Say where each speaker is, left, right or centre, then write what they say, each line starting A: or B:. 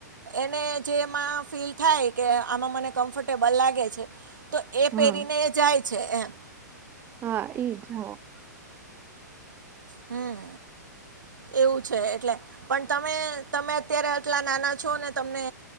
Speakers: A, on the right; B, on the right.
A: એને જે એમાં ફીલ થાય કે આમાં મને કમ્ફર્ટ ટેબલ લાગે છે તો એ
B: હા
A: પહેરીને જાય છે એમ.
B: હા ઈજ હા.
A: હમ્મ. એવું છે એટલે પણ તમે-તમે અત્યારે આટલા નાના છો ને તમને